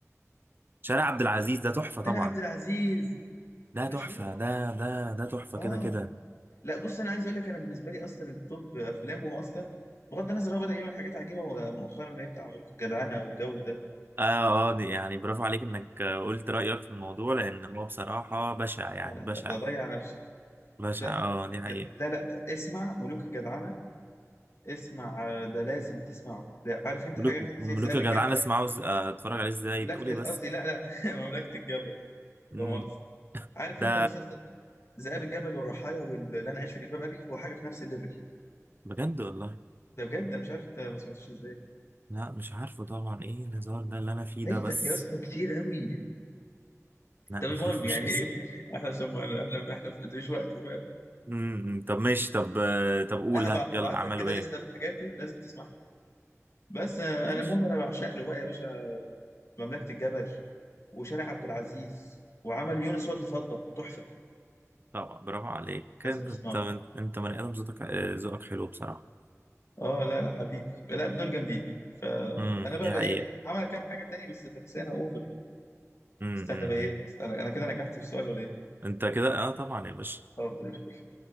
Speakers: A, on the right; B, on the left.
A: شارع عبد العزيز ده تحفة طبعا
B: شارع عبد العزيز
A: ده تحفة
B: مش هو
A: ده ده ده تحفة
B: اه
A: كده كده
B: لا بص انا عايز اقول لك انا بالنسبة لي اصلا التوب افلامه اصلا بغض النظر هو بدأ يعمل حاجات عجيبة مؤخرا اللي هي بتاع ملوك الجدعنة والجو ده
A: اه اه دي- يعني برافو عليك انك آه، قلت رأيك في الموضوع لان هو بصراحة بشع يعني
B: لا لا لا
A: بشع
B: ده ضيع نفسه
A: بشع
B: لا سيبك
A: اه دي
B: من
A: حقيقة
B: كده لا لا اسمع ملوك الجدعنة اسمع آه، ده لازم تسمعه ده عارف انت
A: ملوك
B: حاجة كده زي
A: ملوك
B: ذئاب
A: يا جدعان
B: الجبل
A: اسمع عاوز آه، اتفرج عليه ازاي
B: مملكة
A: بتقول ايه
B: ال-
A: بس
B: قصدي لا لا <laughs> مملكة الجبل
A: مم.
B: ده مؤاخذة عارف
A: ده
B: انت مسلسل ذئاب الجبل والرحايا واللي انا عايش في جلباب ابي هو حاجة في نفس الليفل
A: بجد والله
B: ده بجد انا مش عارف انت ما سمعتوش ازاي
A: لا مش عارفه طبعا ايه الهزار ده اللي انا فيه
B: فايتك
A: ده بس
B: يا اسطى كتير قوي
A: لا
B: طب المهم
A: <laughs> معرفوش
B: يعني
A: بس
B: ايه <laughs> احنا عشان ما احنا احنا في مش وقت فاهم
A: مم. طب ماشي طب آه، طب قول
B: ابعت
A: ها يلا اعملوا
B: لك كده
A: ايه
B: لسته بحاجاته لازم تسمعها بس آه،
A: ماشي
B: انا المهم انا بعشق له بقى يا باشا مملكة الجبل وشارع عبد العزيز وعمل يونس والد فضة تحفة
A: طبعا برافو عليك كده
B: لازم تسمعه
A: انت انت بني ادم ذوقك آه، ذوقك حلو بصراحه
B: اه لا لا حبيبي لا دول جامدين فانا
A: امم
B: بقى
A: دي
B: بقى
A: حقيقه
B: ايه عمل كام حاجة تاني بس فكسانة اوفر يعني
A: امم
B: استنى
A: امم
B: بقى
A: امم.
B: ايه استنى انا كده نجحت في سؤال ولا ايه
A: انت كده اه طبعا يا باشا
B: طب زي الفل